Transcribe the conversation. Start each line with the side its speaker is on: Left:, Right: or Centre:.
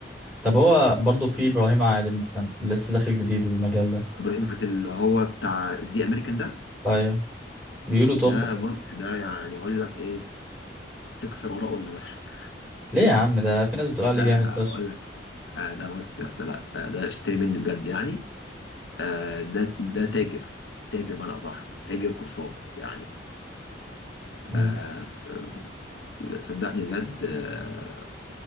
Centre: طب هو برضه في ابراهيم عادل مثلا لسه داخل جديد المجال ده
Left: ابراهيم عادل اللي هو بتاع ذا امريكان ده
Centre: ايوه بيقولوا طب
Left: ده بص ده يعني اقول لك ايه تكسر وراه قله مثلا <laughs>
Centre: ليه يا عم ده في ناس بتقول عليه
Left: آه،
Centre: جامد فشخ
Left: اقول لك آه، ده بص يا اسطى لا آه، ده اشتري مني بجد يعني آه، ده ده تاجر تاجر بمعنى اصح تاجر كورسات يعني
Centre: امم
Left: آه، أم، صدقني بجد آه،